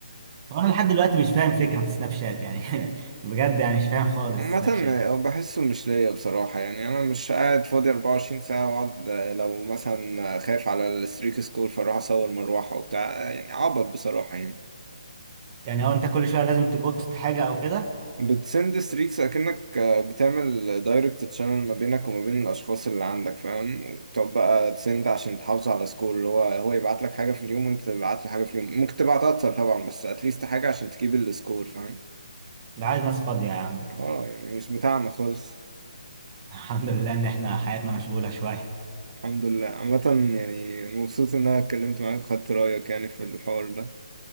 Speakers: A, on the right; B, on the right.
A: هو انا لحد دلوقتي مش فاهم فكره سناب شات يعني <laughs> بجد يعني مش فاهم خالص
B: عامة
A: سناب شات
B: آه، بحسه مش ليا بصراحة يعني أنا مش قاعد فاضي 24 ساعة وأقعد آه، لو مثلا خايف على الستريك سكور فأروح أصور مروحة وبتاع آه، يعني عبط بصراحة يعني
A: يعني هو انت كل شويه لازم تبوست حاجه او كده
B: بتسند ستريكس أكنك آه، بتعمل دايركت تشانل ما بينك وما بين الأشخاص اللي عندك فاهم طب بقى تسند عشان تحافظ على سكور اللي هو هو يبعت لك حاجة في اليوم وأنت تبعت له حاجة في اليوم ممكن تبعت أكتر طبعا بس أتليست حاجة عشان تجيب السكور فاهم
A: ده عايز ناس فاضيه يا عم
B: اه يعني مش بتاعنا خالص
A: <laughs> الحمد لله ان احنا حياتنا مشغوله شويه
B: الحمد لله عامة يعني مبسوط إن أنا اتكلمت معاك وخدت رأيك يعني في الحوار ده